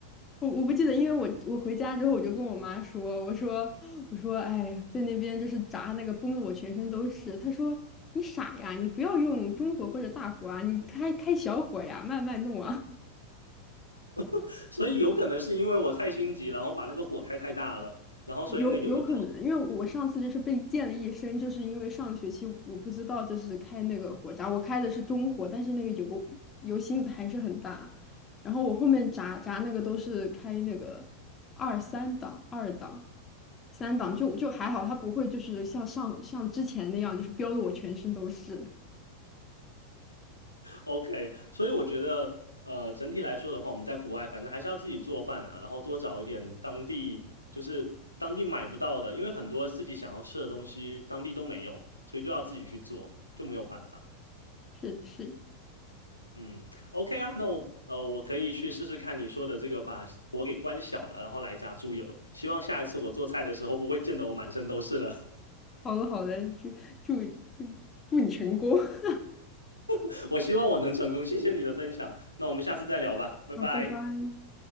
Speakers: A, on the left; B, on the left.
A: 我我不记得，因为我我回家之后我就跟我妈说，我说我说，哎呀，在那边就是炸那个崩的我全身都是。她说你傻呀，你不要用中火或者大火啊，你开开小火呀，慢慢弄啊。
B: <laughs> 所以有可能是因为我太心急，然后把那个火开太大了，然后所以那个油就倒
A: 有有有可能，因为我上次就是被溅了一身，就是因为上个学期我不知道就是开那个火闸，我开的是中火，但是那个油油芯子还是很大，然后我后面炸炸那个都是开那个二三档、二档、三档，就就还好，它不会就是像上像之前那样，就是飙的我全身都是。
B: OK，所以我觉得，呃，整体来说的话，我们在国外反正还是要自己做饭了，然后多找一点当地，就是当地买不到的，因为很多自己想要吃的东西当地都没有，所以就要自己去做，就没有办法。
A: 是是，
B: 嗯，OK 啊，那我呃，我可以去试试看你说的这个，把火给关小了，然后来炸猪油。希望下一次我做菜的时候不会溅得我满身都是了。
A: 好的好的，祝祝祝祝你成功，<laughs>
B: <laughs> 我希望我能成功，谢谢你的分享。那我们下次再聊吧，拜拜。
A: 好，拜拜。